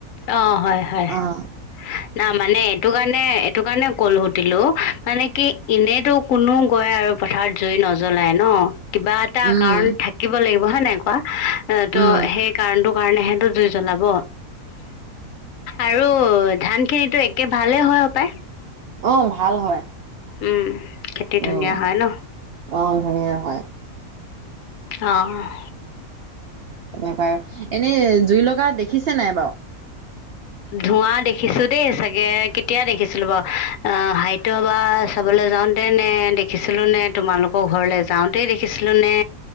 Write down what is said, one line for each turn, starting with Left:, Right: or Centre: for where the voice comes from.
Left: অ', হয় হয়।
Right: অ'
Left: নহয়, মানে এইটো কাৰণে সেইটো কাৰণে ক'ল-সুধিলো মানে কি এনেইতো কোনো গৈ আৰু পথাৰত জুই নজ্বলাই ন। কিবা এটা
Right: উম
Left: কাৰণ থাকিব লাগিব হয় নাই কোৱা, ত'
Right: উম
Left: সেই কাৰণটো কাৰণেহেঁ জু জ্বলাব। আৰু ধান খিনিতো একে ভালেই হয় হপায়?
Right: অ', ভাল হয়।
Left: উম খেতি ধুনীয়া
Right: উম
Left: হয় ন।
Right: অ', ধুনীয়া হয়।
Left: অ'।
Right: তেনেকুৱাই, এনেই জুই লগা দেখিছে নাই বাৰু?
Left: ধোঁৱা দেখিছোঁ দেই চাগে কেতিয়া দেখিছিলোঁ বাৰু, অ' সাহিত্য সভা চাবলে যাওতে নে দেখিছিলো নে, তোমালোকৰ ঘৰলে যাওতে দেখিছিলো নে